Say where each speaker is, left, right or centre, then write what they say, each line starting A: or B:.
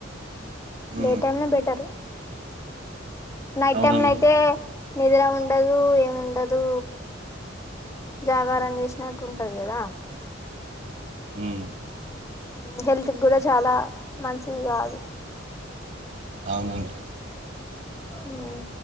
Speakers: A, on the right; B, on the left.
A: ఉ
B: డే టైమ్ నే బెటరు నైట్
A: అవునండి
B: టైమ్లో అయితే నిద్ర ఉండదు ఏముండదు జాగారం చేసినట్టు ఉంటది గదా
A: ఉ
B: మ్మ్ హెల్త్ గూడా చాలా మంచిది కాదు
A: అవునండ్
B: ఊమ్